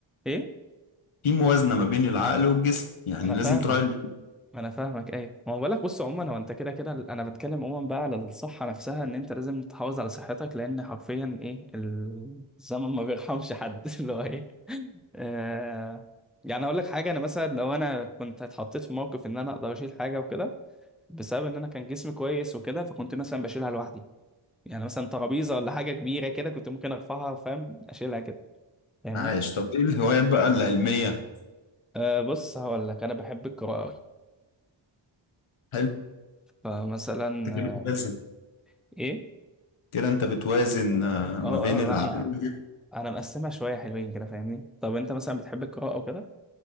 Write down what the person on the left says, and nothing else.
في موازنة ما بين العقل والجسم يعني
لازم
تراعي الاتنين.
عايش طب إيه الهوايات بقى العلمية؟
حلو
أنت كده
بتوازن
كده أنت بتوازن آه،
ما بين
العقل
والجسم